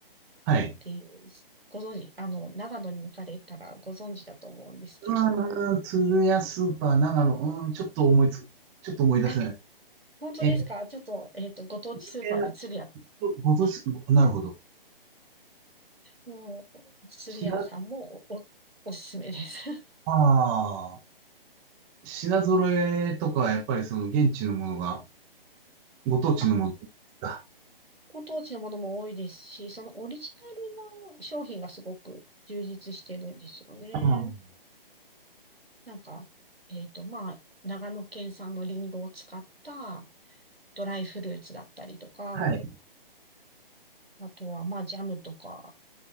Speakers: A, on the right; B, on the right.
A: はい。
B: ていう、ご存知、あの、長野に行かれたらご存知だと思うんですけど、
A: うん、鶴屋スーパー、長野、うん、ちょっと思いつ、ちょっと思い出せない。
B: あ、本当ですかちょっと、
A: えー、
B: えっと、ご当地スーパーで鶴屋、
A: 有名なごご存知、なるほど。
B: もう、鶴屋さんもお、
A: 品、あ
B: おおすすめです。<laughs>
A: あ、品揃えとか、やっぱりその現地のものが、ご当地のものですか。
B: あ、ご当地のものも多いですし、そのオリジナルの商品がすごく充実してるんですよね。
A: ああ、
B: なんか、えっと、まあ、長野県産のリンゴを使ったドライフルーツだったりとか、
A: はい。
B: あとは、まあ、ジャムとか、